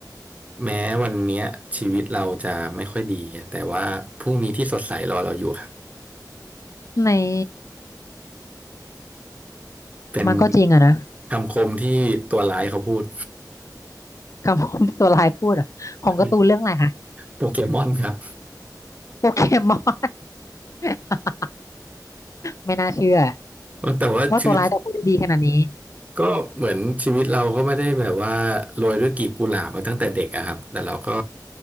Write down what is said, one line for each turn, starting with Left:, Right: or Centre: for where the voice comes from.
Right: แม้วันเนี้ยชีวิตเราจะไม่ค่อยดีอะแต่ว่าพรุ่งนี้ที่สดใสรอเราอยู่ครับ
Left: นี่
Right: เป็น
Left: มันก็จริงอะนะ
Right: คำคมที่ตัวร้ายเขาพูด
Left: คำพูดที่ตัวร้ายพูดอะของการ์ตูนเรื่องอะไรคะ
Right: <laughs> โปเกมอนครับ
Left: โปเกมอน <laughs> ไม่น่าเชื่อ
Right: แต่ว่าชีวิต
Left: ว่าตัวร้ายจะพูดได้ดีขนาดนี้
Right: ก็เหมือนชีวิตเราก็ไม่ได้แบบว่าโรยด้วยกลีบกุหลาบมาตั้งแต่เด็กอะครับแต่เราก็